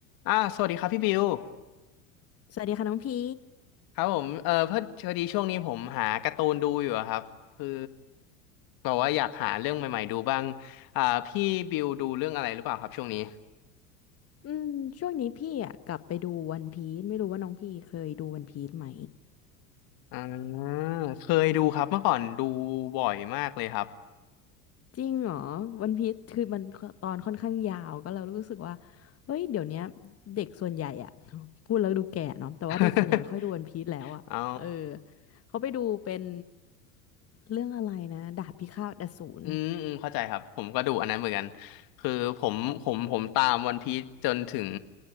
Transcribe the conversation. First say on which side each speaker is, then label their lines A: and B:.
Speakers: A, on the left (about 50°); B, on the left (about 35°).
A: อ่าสวัสดีครับพี่บิว
B: สวัสดีค่ะน้องพี
A: ครับผมเออเพื่อพอดีช่วงนี้ผมหาการ์ตูนดูอยู่อะครับคือแบบว่าอยากหาเรื่องใหม่ๆดูบ้างอ่าพี่บิวดูเรื่องอะไรหรือเปล่าครับช่วงนี้
B: อืมช่วงนี้พี่อ่ะกลับไปดูวันพีซไม่รู้ว่าน้องพี่เคยดูวันพีซไหม
A: อ่าเคยดูครับเมื่อก่อนดูบ่อยมากเลยครับ
B: จริงเหรอวันพีซคือมันตอนค่อนข้างยาวก็เรารู้สึกว่าเฮ้ยเดี๋ยวเนี้ยเด็กส่วนใหญ่อ่ะ <laughs> พูดแล้วดูแก่เนาะแต่ว่าเด็กส่วนใหญ่ไม่ค่อยดูวันพีซแล้วอ่ะเออ
A: <laughs> เอา
B: เขาไปดูเป็นเรื่องอะไรนะดาบพิฆาตอสูร
A: อืมอืมเข้าใจครับผมก็ดูอันนั้นเหมือนกันคือผมผมผมตามวันพีซจนถึง